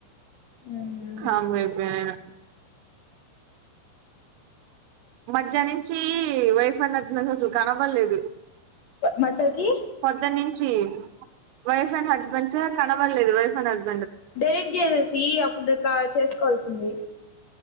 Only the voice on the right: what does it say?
కామ్ గా అయిపోయిన మధ్యాహ్ నుంచి వైఫ్ అండ్ హుస్బేండ్ అసలు కనపడలేదు
పొద్దున్న నుంచి వైఫ్ అండ్ హస్బెండ్స్ కనబడలేదు వైఫ్ అండ్ హస్బె